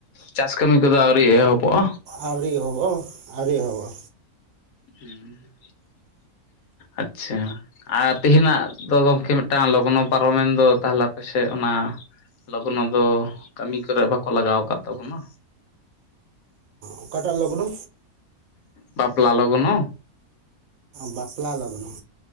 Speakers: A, on the left; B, on the right.
A: ᱪᱟᱥ ᱠᱟᱹᱢᱤ ᱠᱚᱫᱚ ᱟᱹᱣᱨᱤ ᱮᱦᱚᱵᱚᱜᱼᱟ
B: ᱟᱣᱨᱤ ᱮᱦᱚᱵᱚᱜᱟ ᱟᱣᱨᱤ ᱮᱦᱚᱵᱚᱜᱟ
A: ᱦᱩᱸ ᱟᱪᱪᱷᱟ ᱟᱨ ᱛᱮᱦᱮᱧᱟᱜ ᱫᱚ ᱜᱚᱝᱠᱮ ᱢᱤᱫ ᱴᱟᱝ ᱞᱚᱜᱱᱚ ᱯᱟᱨᱚᱢ ᱮᱱ ᱫᱚ ᱛᱟᱦᱞᱮ ᱟᱯᱮ ᱥᱮᱫ ᱚᱱᱟ ᱞᱚᱜᱱᱚ ᱫᱚ ᱠᱟᱹᱢᱤ ᱠᱚᱨᱮ ᱵᱟᱠᱚ ᱞᱟᱜᱟᱣ ᱟᱠᱟᱫ ᱛᱟᱵᱚᱱᱟ
B: ᱚᱠᱟ ᱴᱟᱜ ᱞᱚᱜᱱᱚ
A: ᱵᱟᱯᱞᱟ ᱞᱚᱜᱱᱚ
B: ᱵᱟᱯᱞᱟ ᱞᱚᱜᱱᱚ